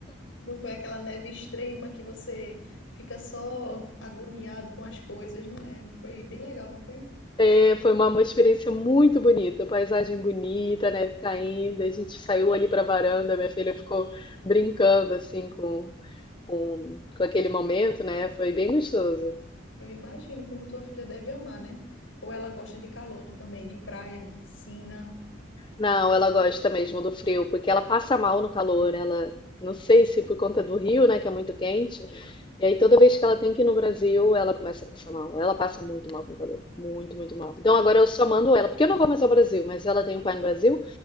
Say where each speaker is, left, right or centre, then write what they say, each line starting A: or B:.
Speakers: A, on the left; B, on the left.
A: Não foi aquela neve extrema que você fica só agoniado com as coisas, não é? Foi bem legal, não foi?
B: É, foi uma, uma experiência muito bonita, paisagem bonita, neve caindo. A gente saiu ali para a varanda, minha filha ficou brincando assim com, com, com aquele momento, né? Foi bem gostoso.
A: Eu imagino como tua filha deve amar, né? Ou ela gosta de calor também, de praia, de piscina.
B: Não, ela gosta mesmo do frio, porque ela passa mal no calor. Ela, não sei se por conta do Rio, né, que é muito quente. E aí toda vez que ela tem que ir no Brasil, ela começa a passar mal. Ela passa muito mal com calor, muito, muito mal. Então agora eu só mando ela, porque eu não vou mais ao Brasil, mas ela tem um pai no Brasil,